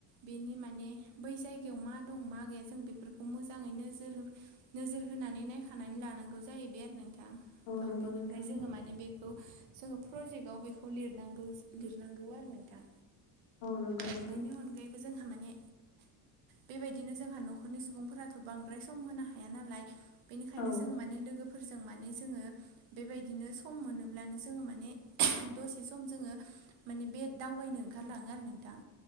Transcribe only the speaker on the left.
नंगौ
नोंथां
नंगौ
नोंथां
औ